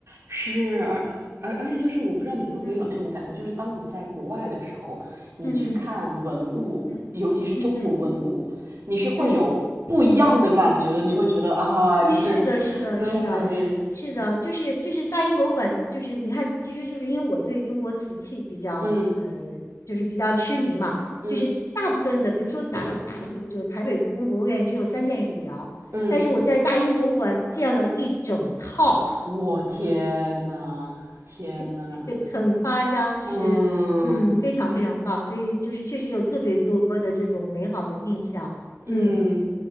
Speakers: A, on the right; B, on the left.
A: 是，而而而且就是我不知道你会不会有那种感觉，
B: 嗯
A: 就是当你在国外的时候，你去看文物，
B: 嗯嗯嗯嗯嗯
A: 尤其是中国文物，你是会有不一样的感觉的，
B: 嗯。
A: 你会觉得啊，
B: 一是的，
A: 就是
B: 是的，
A: 对，
B: 是的，是的，就是就是大英博物馆，就是你看，其实就是因为我对中国瓷器比较呃，
A: 嗯
B: 就是比较痴迷嘛，
A: 嗯
B: 就是大部分的，比如说打举个例子，就是台北故宫博物院只有三件汝窑，
A: 嗯，
B: 但是我在大英博物馆见了一整套，
A: 我天呐，天呐，
B: <laughs> 就很夸张，就是嗯，
A: 嗯
B: 非常非常棒，所以就是确实有特别多的这种美好的印象，
A: 嗯，
B: 嗯。